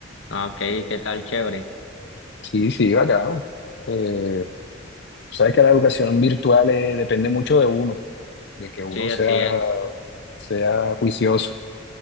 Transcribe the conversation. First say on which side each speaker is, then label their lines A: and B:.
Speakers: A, on the left; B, on the left.
A: Ah, Ok, ¿qué tal? Chévere.
B: Sí, sí, bacano. Eh, sabes que la educación virtual eh, depende mucho de uno, de que uno
A: Sí,
B: sea,
A: así es.
B: sea juicioso,